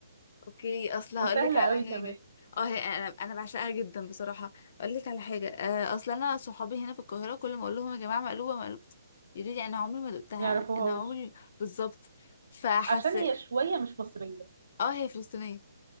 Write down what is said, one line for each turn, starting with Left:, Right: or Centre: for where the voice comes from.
Left: اوكي اصل هقول
Right: وسهلة
Left: لك على
Right: قوي
Left: حاجه
Right: كمان
Left: اه هي انا انا بعشقها جدا بصراحه اقول لك على حاجه آه، اصل انا صحابي هنا في القاهره كل ما اقول لهم يا جماعه مقلوبه مقلوبه يقولوا لي انا عمري ما دقتها
Right: ما يعرفوهاش
Left: انا عمري بالظبط فحس
Right: عشان هي شوية مش مصرية
Left: اه هي فلسطينيه